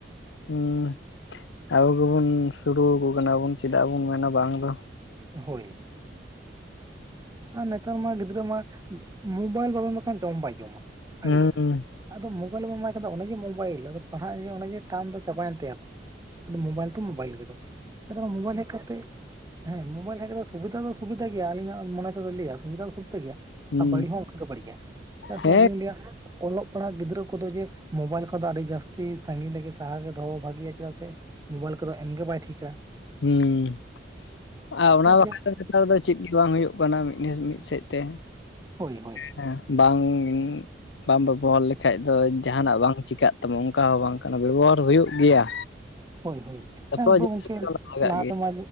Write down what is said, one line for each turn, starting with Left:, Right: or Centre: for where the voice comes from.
Left: ᱦᱮᱸ <inaudible> ᱟᱵᱚ ᱜᱮᱵᱚᱱ ᱥᱩᱲᱩ ᱟᱠᱚ ᱠᱟᱱᱟ ᱵᱚᱱ ᱪᱮᱫᱟᱜ ᱵᱚᱱ ᱢᱮᱱᱟ ᱵᱟᱝ ᱫᱚ᱾
Right: ᱦᱳᱭ ᱾ ᱟᱨ ᱱᱮᱛᱟᱨ ᱢᱟ ᱜᱤᱫᱽᱨᱟᱹ ᱢᱟ ᱢᱳᱵᱟᱭᱤᱞ ᱵᱟᱵᱚᱱ ᱮᱢᱟᱭ ᱠᱷᱟᱱ ᱡᱚᱢ ᱦᱚ ᱵᱟᱭ ᱡᱚᱢᱟ ᱾
Left: ᱦᱩᱸ
Right: ᱟᱲᱤᱭᱟᱭ ᱟᱫᱚ ᱢᱳᱵᱟᱭᱤᱞ ᱵᱟᱢ ᱮᱢᱟᱭ ᱠᱷᱟᱡ ᱫᱚ ᱚᱱᱮ ᱡᱮ ᱢᱳᱵᱟᱭᱤᱞ ᱟᱫᱚ ᱯᱟᱲᱦᱟᱜ ᱨᱮᱭᱟᱜ ᱚᱱᱮ ᱡᱮ ᱴᱟᱱ ᱫᱚ ᱪᱟᱵᱟᱭᱮᱱ ᱛᱟᱭᱟ ᱾ ᱟᱫᱚ ᱢᱳᱵᱟᱭᱤᱞ ᱛᱚ ᱢᱳᱵᱟᱭᱤᱞ ᱜᱮᱫᱚ ᱟᱨ ᱢᱳᱵᱟᱭᱤᱞ ᱦᱮᱡ ᱠᱟᱛᱮ ᱦᱮᱸ ᱢᱳᱵᱟᱭᱤᱞ ᱦᱮᱡᱽ ᱠᱟᱛᱮᱜ ᱫᱚ ᱥᱩᱵᱤᱫᱟ ᱫᱚ ᱥᱩᱵᱤᱫᱟ ᱜᱮᱭᱟ ᱟᱞᱤᱧᱟᱜ ᱢᱚᱱᱮ ᱛᱚ ᱞᱟᱹᱭᱟ ᱥᱩᱵᱤᱫᱟ ᱫᱚ ᱥᱩᱵᱤᱫᱟ ᱜᱮᱭᱟ ᱾
Left: ᱦᱩᱸ
Right: ᱟᱨ ᱵᱟᱹᱲᱤᱡ ᱦᱚᱸ ᱚᱱᱠᱟ ᱜᱮ ᱵᱟᱹᱲᱤᱡᱟ ᱪᱮᱫᱟᱜ
Left: ᱦᱮᱸ
Right: ᱥᱮ ᱟᱫᱚ ᱟᱹᱞᱤᱧ ᱞᱟᱹᱭᱟ ᱚᱞᱚᱜ ᱯᱟᱲᱦᱟᱜ ᱜᱤᱫᱽᱨᱟᱹ ᱠᱚᱫᱚ ᱡᱮ ᱢᱳᱵᱟᱭᱤᱞ ᱠᱷᱚᱱ ᱫᱚ ᱟᱹᱰᱤ ᱡᱟᱹᱥᱛᱤ ᱥᱟᱸᱜᱤᱧ ᱨᱮᱜᱮ ᱥᱟᱦᱟ ᱜᱮ ᱫᱚᱦᱚ ᱵᱷᱟᱜᱮᱭᱟ ᱪᱮᱫᱟᱜ ᱥᱮ ᱢᱳᱵᱟᱭᱤᱞ ᱠᱚᱫᱚ ᱮᱢᱜᱮ ᱵᱟᱭ ᱴᱷᱤᱠᱟ ᱾
Left: ᱦᱮᱸ <inaudible> ᱟᱨ ᱚᱱᱟ
Right: ᱪᱮᱫᱟᱜ
Left: ᱵᱟᱠᱷᱨᱟ
Right: ᱥᱮ
Left: ᱱᱮᱛᱟᱨ ᱫᱚ ᱪᱮᱫ ᱜᱮ ᱵᱟᱝ ᱦᱩᱭᱩᱜ ᱠᱟᱱᱟ ᱢᱤᱫ ᱱᱮᱥ ᱢᱤᱫ ᱥᱮᱫ ᱛᱮ᱾
Right: ᱦᱳᱭ ᱦᱳᱭ᱾
Left: ᱦᱮᱸ ᱵᱟᱝ ᱵᱟᱢ ᱵᱮᱵᱚᱦᱟᱨ ᱞᱮᱠᱷᱟᱡᱽ ᱫᱚ ᱡᱟᱦᱟᱱᱟᱜ ᱵᱟᱝ ᱪᱮᱠᱟᱹᱜ ᱛᱟᱢᱟ ᱚᱱᱠᱟ ᱦᱚᱸ ᱵᱟᱝ ᱠᱟᱱᱟ ᱵᱮᱵᱚᱦᱟᱨ ᱦᱩᱭᱩᱜ ᱜᱮᱭᱟ᱾
Right: ᱦᱳᱭ ᱦᱳᱭ,
Left: ᱡᱚᱛᱚ
Right: ᱟᱫᱚ ᱜᱚᱝᱠᱮ
Left: ᱡᱤᱱᱤᱥ ᱜᱮ ᱚᱱᱟ ᱞᱟᱜᱟᱜ
Right: ᱞᱟᱦᱟᱛᱮᱢᱟ
Left: ᱜᱮᱭᱟ